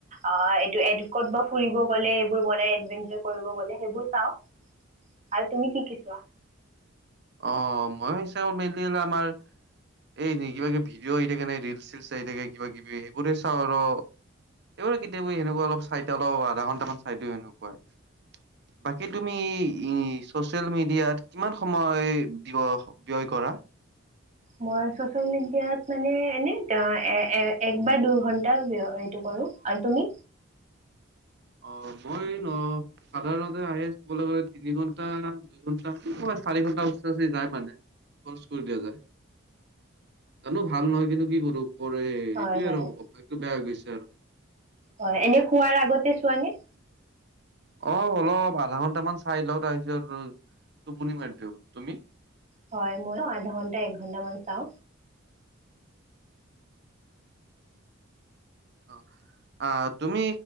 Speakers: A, on the right (about 35°); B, on the right (about 55°).
A: অ এইটো এড কৰবাত ফুৰিব গলে এইবোৰ বনাই এভেঞ্চাৰ কৰিব গলে সেইবোৰ চাও আৰু তুমি কি কি চোৱা
B: অ মই চাওঁ মেনলি আমাৰ এই নি কিবা কিবি ভিডিঅ' আহি থাকে নাই ৰিলচ চিলচ আহি থাকে কিবা কিবি সেইবোৰে চাওঁ আৰ অ কেতিয়াবা এনেকুৱা অলপ চাইটা লও আধা ঘণ্টামান চাই দিও সেনকা আৰ বাকী তুমি ই চচিয়েল মিডিয়াত কিমান সম ময় দিব ব্যয় কৰা
A: মই চচিয়েল মিডিয়াত মানে এনে এ এ এক বা দুইঘন্টা এইটো কৰো আৰু তুমি
B: অ মই ন সাধাৰণতে আহি কবলৈ গলে তিনি ঘন্টা দুইঘন্টা চাৰি ঘন্টা ওচৰা ওচৰি যায় মানে খৰচ কৰি দিয়া যায় জানো ভাল নহয় কিন্তু কি কৰো কৰেই এ
A: হয়
B: এইটোৱেই
A: হয়
B: আৰু অভ্যাসটো বেয়া হৈ গৈছে আৰ
A: হয় এনে শোৱাৰ আগতে চোৱানে
B: অ অলপ আধা ঘন্টামান চাই লও তাৰপিছত টোপনি মাৰি দিওঁ তুমি
A: হয় মইও আধা ঘন্টা এক ঘন্টামান চাও
B: অ অ তুমি